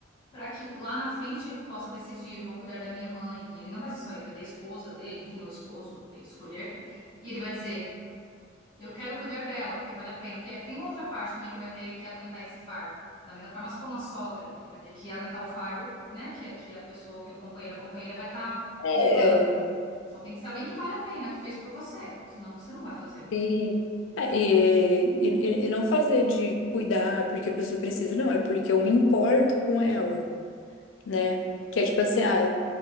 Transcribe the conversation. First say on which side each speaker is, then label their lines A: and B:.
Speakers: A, on the left (about 25°); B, on the left (about 85°).
A: para que lá na frente ele possa decidir, eu vou cuidar da minha mãe. E ele não vai ser só, ele vai ter a esposa dele, enfim, ou esposo, o que ele escolher. E ele vai dizer, eu quero cuidar dela, porque vale a pena. Porque tem uma outra parte também que vai ter que aguentar esse fardo. Da mesma forma, se for uma sogra, ele vai ter que aguentar o fardo, né? Que, que a pessoa, que o companheiro, a companheira vai estar
B: é.
A: levando. Então tem que ser alguém que vale a pena, que fez por você. Senão você não vai fazer.
B: E, é, e, e, e não fazer de cuidar porque a pessoa precisa, não, é porque eu me importo com ela, né? Que é tipo assim, ah,